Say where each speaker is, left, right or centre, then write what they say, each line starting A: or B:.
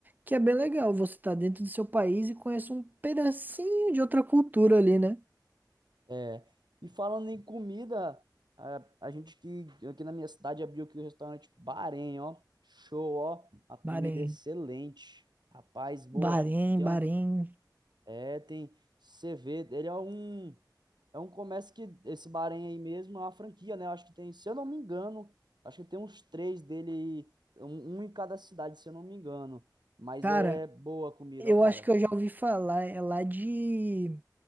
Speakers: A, on the right (about 25°); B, on the right (about 70°).
A: Que é bem legal, você tá dentro do seu país e conhece um pedacinho de outra cultura ali, né?
B: É, E falando em comida, a, a gente que aqui na minha cidade abriu aqui o restaurante Bahrein, ó. Show, ó. A comida
A: Bahrein.
B: é excelente. Rapaz, boa.
A: Bahrein,
B: Tem
A: Bahrein.
B: um. É, tem. Você vê, ele é um. É um comércio que esse Bahrein aí mesmo é uma franquia, né? Eu acho que tem, se eu não me engano, acho que tem uns três dele, aí, um, um em cada cidade, se eu não me engano. Mas
A: Cara,
B: é boa a comida,
A: eu
B: ó, cara.
A: acho que eu já ouvi falar, é lá de,